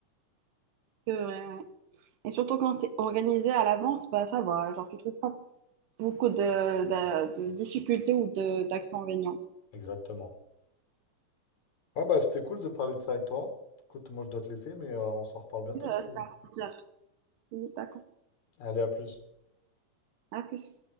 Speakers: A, on the right; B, on the left.
A: c'est vrai, ouais. Et surtout quand c'est organisé à l'avance, bah ça va, genre tu trouves pas beaucoup de, de, de difficultés ou de, d'inconvénients.
B: Exactement. Ouais, bah, c'était cool de parler de ça avec toi. Écoute, moi, je dois te laisser, mais euh, on s'en reparle bientôt
A: Euh, c'est
B: si tu veux.
A: un plaisir. Oui, D'accord.
B: Allez, à plus.
A: À plus.